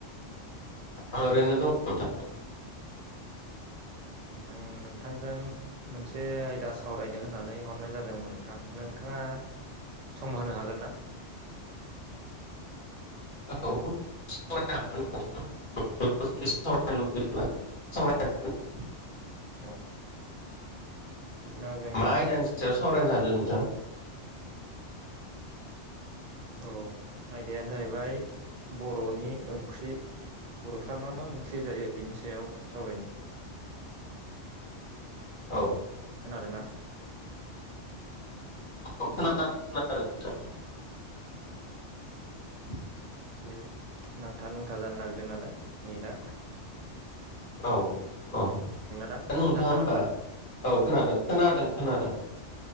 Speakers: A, on the left; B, on the right.
A: आं ओरैनो दं नोंथां <inaudible>
B: आं नोंथांजों मोनसे आयदा सावरायनो होननानै हरनाय जादोंमोन नोंथां। नोंथाङा सम होनो हागोन ना?
A: औ <inaudible> <inaudible>
B: औ औ। बिदिब्ला जों
A: मा आयदानि सायाव सावरायनो सानदों नोंथां
B: ब <inaudible> औ आयदायानो जाहैबाय बर'नि ओंख्रि बर'फ्रा मा मा ओंख्रि जायो? बिनि सायाव सावरायनो
A: औ।
B: खोनादोंना।
A: औ खोनादों। <inaudible> <inaudible>
B: बे नांथा नुंथा जानो नागिरदों नालाय नै दा।
A: औ औ
B: दा
A: नोंथाङा
B: दा खोनादोंना
A: होमबा औ खोनादों खोनादों खोनादों।
B: औ